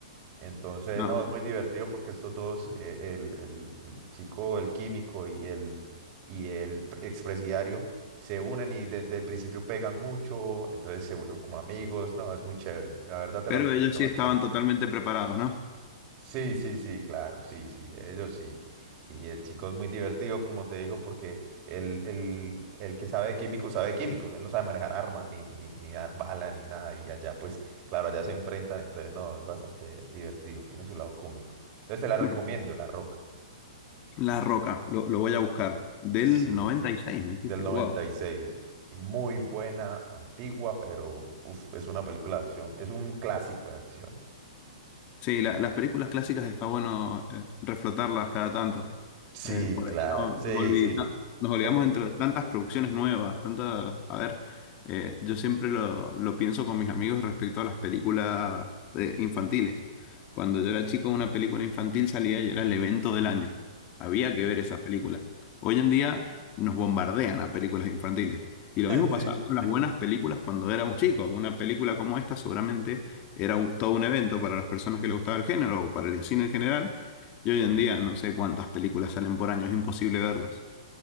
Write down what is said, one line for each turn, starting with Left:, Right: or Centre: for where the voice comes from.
Right: Entonces,
Left: Ah,
Right: no,
Left: bueno.
Right: es muy divertido porque estos dos, eh, el, el- el chico, el químico y el, y el pr- expresidiario, se unen y desde el principio pegan mucho, entonces se vuelven como amigos. No, es muy chévere. La verdad te
Left: Pero
Right: la recomiendo
Left: ellos sí
Right: bastante.
Left: estaban totalmente preparados, ¿no?
Right: Sí, sí, sí, claro, sí, sí, ellos sí. Y el chico es muy divertido, como te digo, porque el, el, el que sabe de químicos sabe de químicos, él no sabe manejar armas, ni, ni, ni dar bala, ni nada. Y allá, pues, claro, allá se enfrentan, entonces, no, es bastante divertido, tiene su lado cómico. Entonces, te la recomiendo,
Left: <laughs>
Right: La Roca.
Left: La Roca, lo, lo voy a buscar. Del
Right: Sí,
Left: 96, me dijiste.
Right: del 96.
Left: Wow.
Right: y seis. Y Muy buena, antigua, pero uf, es una película de acción, es un clásico de acción.
Left: Sí, la- las películas clásicas está bueno eh, reflotarlas cada tanto.
Right: Sí,
Left: Eh, por
Right: claro,
Left: ahí no,
Right: sí,
Left: nos olvid-
Right: sí.
Left: no- nos olvidamos
Right: Er-
Left: dentro de tantas producciones nuevas, tantas... A ver, eh, yo siempre lo, lo pienso con mis amigos respecto a las películas eh, infantiles. Cuando yo era chico, una
Right: sí,
Left: película infantil salía y era el evento del año. Había
Right: sí.
Left: que ver esa película. Hoy en día nos bombardean a películas infantiles. Y
Right: <laughs>
Left: lo mismo pasaba
Right: Sí,
Left: con
Right: sí.
Left: las buenas películas cuando éramos chicos. Una película como esta seguramente era un- todo un evento para las personas que le gustaba el género o para el cine en general. Y
Right: Sí.
Left: hoy en día no sé cuántas películas salen por año, es imposible verlas.